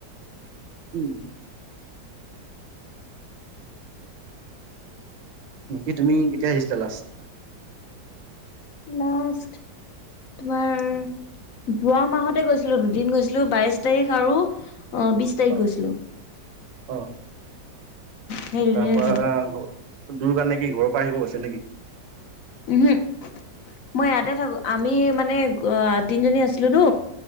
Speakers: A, on the right; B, on the left.
A: উম। বাকি তুমি কেতিয়া আহিছিলা লাষ্ট?
B: লাষ্ট তোমাৰ
A: উ <inaudible>
B: যোৱা মাহতে গৈছিলো দুদিন গৈছিলো বাইশ তাৰিখ আৰু অ বিশ তাৰিখ
A: অ',
B: গৈছিলো।
A: অ'।
B: সেই দুদিনে
A: তাৰ পৰা
B: যোৱা।
A: দূৰ কাৰণে কি ঘৰৰ পৰা আহিব কৈছে নেকি?
B: উমহু। মই ইয়াতে থাকো, আমি মানে গ তিনিজনী আছিলো তো